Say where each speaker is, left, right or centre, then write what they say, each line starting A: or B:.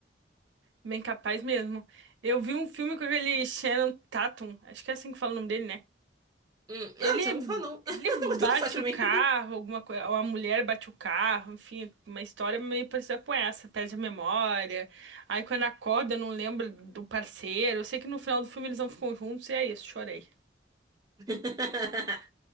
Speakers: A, on the right; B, on the right.
A: Bem capaz mesmo. Eu vi um filme com aquele Shannon Tatum, acho que é assim que fala o nome dele, né?
B: Hum,
A: Ele,
B: ah, não sei como falar, não. <laughs>
A: ele
B: Mas
A: bate
B: tanto faz pra
A: o
B: mim.
A: carro, alguma coisa, ou a mulher bate o carro, enfim, uma história meio parecida com essa, perde a memória. Aí quando acorda, não lembra do parceiro. Eu sei que no final do filme eles não ficam juntos e é isso, chorei.
B: <laughs>